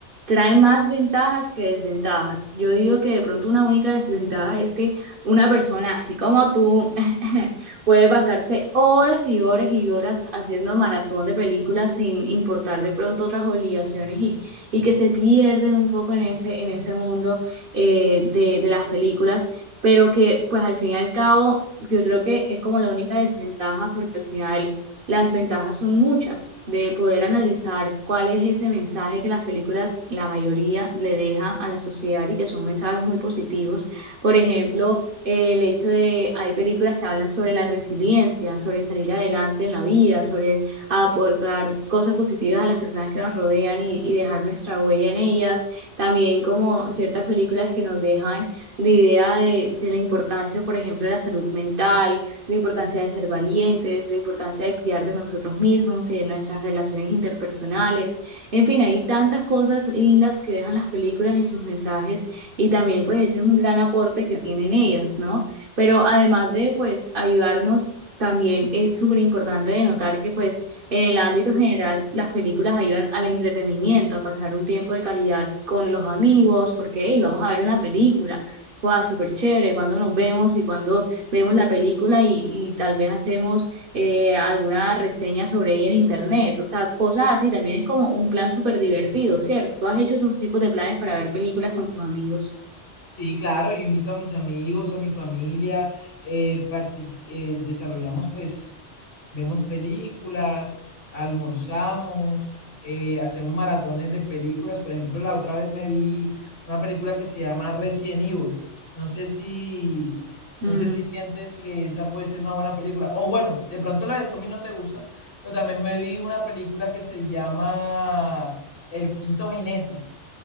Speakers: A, on the right; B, on the left.
A: trae más ventajas que desventajas. Yo digo que de pronto una única desventaja es que una persona así como tú <laughs> puede pasarse horas y horas y horas haciendo maratón de películas sin importar de pronto otras obligaciones y, y que se pierden un poco en ese, en ese mundo eh, de, de las películas, pero que pues al fin y al cabo yo creo que es como la única desventaja porque al final las ventajas son muchas de poder analizar cuál es ese mensaje que las películas, la mayoría, le dejan a la sociedad y que son mensajes muy positivos. Por ejemplo, eh, el hecho de, hay películas que hablan sobre la resiliencia, sobre salir adelante en la vida, sobre aportar cosas positivas a las personas que nos rodean y, y dejar nuestra huella en ellas. También como ciertas películas que nos dejan la idea de, de la importancia, por ejemplo, de la salud mental la importancia de ser valientes, la importancia de cuidar de nosotros mismos y de nuestras relaciones interpersonales. En fin, hay tantas cosas lindas que dejan las películas en sus mensajes y también pues ese es un gran aporte que tienen ellas, ¿no? Pero además de pues ayudarnos también es súper importante de notar que pues en el ámbito general las películas ayudan al entretenimiento, a pasar un tiempo de calidad con los amigos, porque hey, vamos a ver una película, wow, súper chévere, cuando nos vemos y cuando vemos la película y, y tal vez hacemos eh, alguna reseña sobre ella en internet. O sea, cosas así también es como un plan súper divertido, ¿cierto? ¿Tú has hecho esos tipos de planes para ver películas con tus amigos?
B: Sí, claro, yo invito a mis amigos, a mi familia, eh, practi- eh, desarrollamos pues, vemos películas, almorzamos, eh, hacemos maratones de películas. Por ejemplo, la otra vez me vi una película que se llama Resident Evil. No sé si,
A: Mm,
B: no sé si sientes que esa puede ser una buena película. O bueno, de pronto la de Zombie no te gusta, pero también me vi una película que se llama El Quinto Jinete